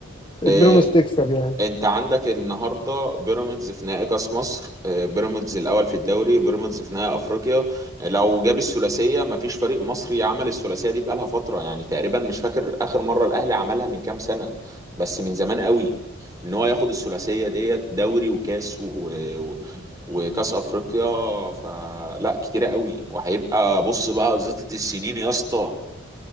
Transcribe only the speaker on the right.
آه،
انت عندك النهارده بيراميدز في نهائي كاس مصر آه، بيراميدز الاول في الدوري بيراميدز في نهائي افريقيا آه، لو جاب الثلاثيه مفيش فريق مصري عمل الثلاثيه دي بقالها فتره يعني تقريبا مش فاكر اخر مره الاهلي عملها من كام سنه بس من زمان قوي ان هو ياخد الثلاثيه ديت دوري وكاس و... و... وكاس افريقيا فلا كتيره قوي وهيبقى بص بقى زيطه السنين يا اسطى